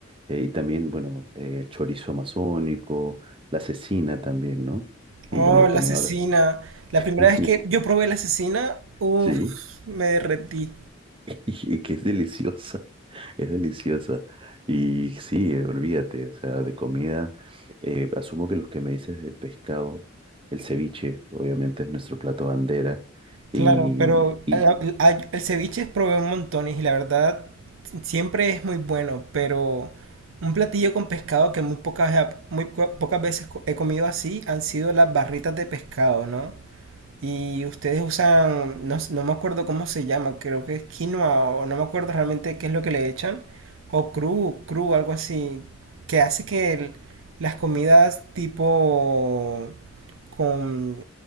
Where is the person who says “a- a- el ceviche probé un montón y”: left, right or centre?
Right